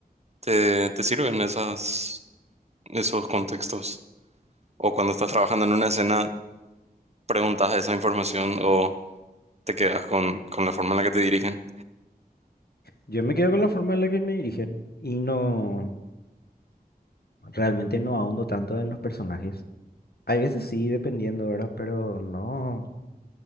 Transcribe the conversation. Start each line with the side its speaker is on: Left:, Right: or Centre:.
Right: ¿te, te sirven esas, esos contextos? O cuando estás trabajando en una escena, preguntas esa información o te quedas con, con la forma en la que te dirigen
Left: yo me quedo con la forma en la que me dirigen y no. Realmente no ahondo tanto en los personajes. Hay veces sí, dependiendo, ¿verdad? Pero no,